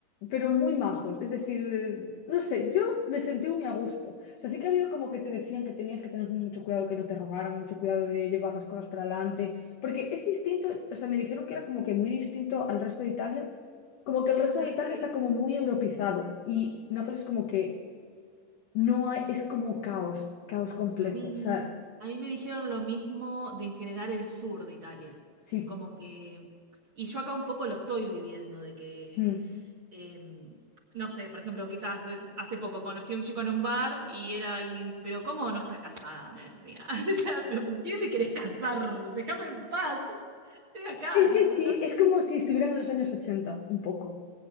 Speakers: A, on the left; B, on the right.
A: pero muy majos. Es decir, no sé, yo me sentí muy a gusto. O sea, sí que había como que te decían que tenías que tener mucho cuidado que no te robaran, mucho cuidado de llevar las cosas para adelante. Porque es distinto, o sea, me dijeron que era como que muy distinto al resto de Italia. Como que el
B: ¿Sabes
A: resto de Italia
B: qué?
A: está como muy europizado y Nápoles como que no
B: Sí.
A: hay, es como caos, caos completo.
B: A mí,
A: O sea,
B: a mí me dijeron lo mismo de en general el sur de Italia.
A: sí.
B: Como que. Y yo acá un poco lo estoy viviendo, de que
A: Mm.
B: eh, no sé, por ejemplo, quizás eh, hace poco conocí a un chico en un bar y era ahí, pero ¿cómo no estás casada? Me decía. <laughs> O sea, pero ¿por qué me querés casar? Déjame en paz. Estoy acá,
A: Es
B: a disfrutar.
A: que sí, es como si estuvieran en los años 80 un poco.